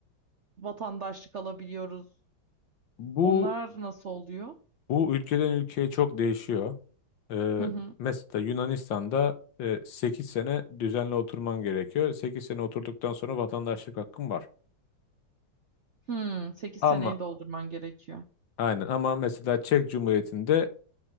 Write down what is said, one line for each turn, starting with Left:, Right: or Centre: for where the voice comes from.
Right: vatandaşlık alabiliyoruz.
Left: Bu
Right: Onlar nasıl oluyor?
Left: bu ülkeden ülkeye çok değişiyor. Ee,
Right: Hı hı.
Left: mesela Yunanistan'da e, 8 sene düzenli oturman gerekiyor. 8 sene oturduktan sonra vatandaşlık hakkın var.
Right: Hmm, 8
Left: Ama
Right: seneyi doldurman gerekiyor.
Left: aynen ama mesela Çek Cumhuriyeti'nde